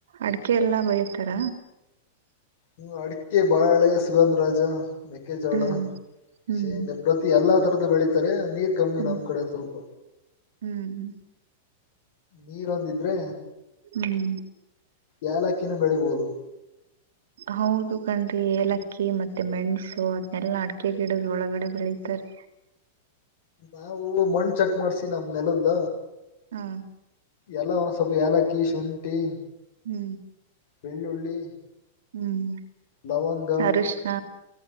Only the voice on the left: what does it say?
ಹ್ಮ ಅಡಿಕೆ ಬಾಳೆ ಸುಗಂಧ ರಾಜ ಮೆಕ್ಕೆಜೋಳ
ಶೇಂಗ ಪ್ರತಿ ಎಲ್ಲಾ ತರದ ಬೆಳಿತಾರೆ ನೀರು ಕಮ್ಮಿ
ನಮ್ ಕಡೆ ಸ್ವಲ್ಪ
ನೀರೊಂದಿದ್ರೆ
ಯಾಲಕ್ಕಿನ ಬೆಳಿಬೋುದು
ನಾವು ಮಣ ಚೆಕ್ ಮಾಡ್ಸಿ ನಮ್ ನೆಲದ್ದ
ಎಲ್ಲ ಸ್ವಲ್ಪ ಇಲಕ್ಕಿ ಶುಂಠಿ
ಬೆಳ್ಳುಳ್ಳಿ
ಲವಂಗ